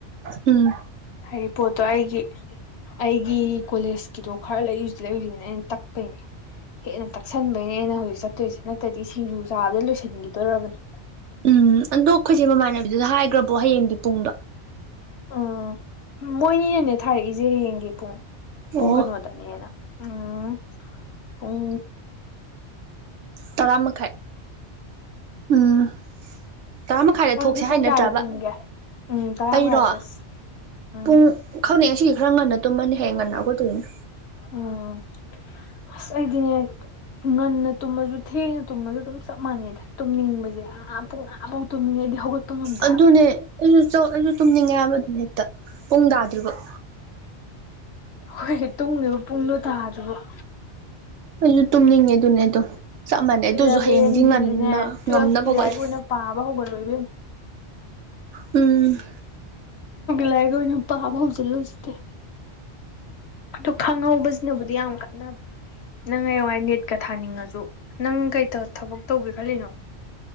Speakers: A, on the right (about 85°); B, on the left (about 65°).
A: ꯎꯝ
B: ꯍꯥꯏꯗꯤ ꯄꯣꯠꯇꯣ ꯑꯩꯒꯤ ꯑꯩꯒꯤ ꯀꯣꯂꯦꯖꯀꯤꯗꯣ ꯈꯔ ꯂꯩꯔꯨꯁꯤ ꯂꯩꯔꯨꯁꯤꯅ ꯑꯩꯅ ꯇꯛꯄꯩꯅꯦ ꯍꯦꯟꯅ ꯇꯛꯁꯟꯕꯩꯅꯦ ꯑꯩꯅ ꯍꯧꯖꯤꯛ ꯆꯠꯇꯣꯏꯁꯤ ꯅꯠꯇ꯭ꯔꯗꯤ ꯁꯤꯡꯖꯨ ꯆꯥꯕꯗ ꯂꯣꯏꯁꯤꯟꯒꯤꯗꯣꯔꯕꯅꯦ
A: ꯎꯝ ꯑꯗꯣ ꯑꯩꯈꯣꯏꯆꯦ ꯃꯃꯥꯟꯅꯕꯤꯗꯨꯗ ꯍꯥꯏꯒ꯭ꯔꯕꯣ ꯍꯌꯦꯡꯒꯤ ꯄꯨꯡꯗꯣ
B: ꯎꯝ ꯃꯣꯏꯅꯤꯅꯦꯅꯦ ꯊꯥꯔꯛꯏꯁꯦ ꯍꯌꯦꯡꯒꯤ ꯄꯨꯡ ꯄꯨꯡ
A: ꯑꯣ
B: ꯀꯩꯅꯣꯗ ꯇꯥꯅꯦꯅ ꯎꯝ ꯄꯨꯡ
A: ꯇꯔꯥ ꯃꯈꯥꯏ ꯎꯝ ꯇꯔꯥꯃꯈꯥꯏꯗ
B: ꯅꯪꯗꯤ
A: ꯊꯣꯛꯁꯦ
B: ꯄꯨꯡ
A: ꯍꯥꯏ ꯅꯠꯇ꯭ꯔꯕ
B: ꯀꯌꯥꯗ ꯇꯨꯝꯒꯦ ꯎꯝ ꯇꯔꯥ
A: ꯑꯩꯔꯣ
B: ꯃꯈꯥꯏꯗ ꯆꯠꯁꯤ ꯎꯝ
A: ꯄꯨꯡ ꯈꯪꯗꯦ ꯉꯁꯤꯗꯤ ꯈꯔ ꯉꯟꯅ ꯇꯨꯝꯃꯅꯤ ꯍꯌꯦꯡ ꯉꯟꯅ ꯍꯧꯒꯠꯇꯣꯏꯅꯤꯅꯥ
B: ꯎꯝ ꯑꯁ ꯑꯩꯗꯤꯅꯦ ꯉꯟꯅ ꯇꯨꯝꯃꯖꯨ ꯊꯦꯡꯅ ꯇꯨꯝꯃꯖꯨ ꯑꯗꯨꯝ ꯆꯞ ꯃꯥꯟꯅꯩꯗ ꯇꯨꯝꯅꯤꯡꯕꯖꯦ ꯑꯥ ꯕꯧ ꯑꯥꯕꯧ ꯇꯨꯝꯅꯤꯡꯉꯦ ꯑꯩꯗꯤ ꯍꯧꯒꯠꯄ ꯉꯝꯗꯦ
A: ꯑꯗꯨꯅꯦ
B: ꯍꯥꯏꯕ
A: ꯑꯩꯖꯨ ꯑꯩꯖꯨ ꯇꯨꯝꯅꯤꯡꯉꯦ ꯍꯥꯏꯕ ꯑꯗꯨꯝ ꯍꯦꯛꯇ ꯄꯨꯡ ꯇꯥꯗ꯭ꯔꯤꯕꯨꯛ
B: ꯍꯣꯏ ꯇꯨꯝꯒꯤꯕ ꯄꯨꯡꯗꯣ ꯇꯥꯗ꯭ꯔꯤꯕꯨꯛ
A: ꯑꯩꯖꯨ ꯇꯨꯝꯅꯤꯡꯉꯦ ꯑꯗꯨꯅꯦ ꯑꯗꯣ ꯆꯞ ꯃꯥꯟꯅꯩ ꯑꯗꯨꯖꯨ
B: ꯏꯂꯚꯦꯟꯁꯤꯗꯤꯅꯦ
A: ꯍꯌꯦꯡꯗꯤ ꯉꯟꯅ
B: ꯇꯨꯋꯦꯜꯐꯀꯤ
A: ꯉꯝꯅꯕ ꯍꯧꯒꯠꯂꯦ
B: ꯂꯥꯏꯔꯤꯛ ꯑꯣꯏꯅ ꯄꯥꯕ ꯍꯧꯒꯠꯂꯣ ꯏꯕꯦꯝꯃꯥ
A: ꯎꯝ
B: ꯂꯥꯏꯔꯤꯛ ꯑꯣꯏꯅ ꯄꯥꯕ ꯍꯧꯖꯤꯜꯂꯨ ꯍꯧꯖꯤꯛꯇꯤ ꯑꯗꯨ ꯈꯪꯍꯧꯕꯖꯤꯅꯕꯨꯗꯤ ꯌꯥꯝ ꯀꯥꯟꯅꯕ ꯅꯪ ꯍꯌꯦꯡꯋꯥꯏ ꯅꯦꯠꯀꯥ ꯊꯥꯅꯤꯡꯉꯖꯨ ꯅꯪ ꯀꯩ ꯊꯕꯛ ꯇꯧꯒꯦ ꯈꯜꯂꯤꯅꯣ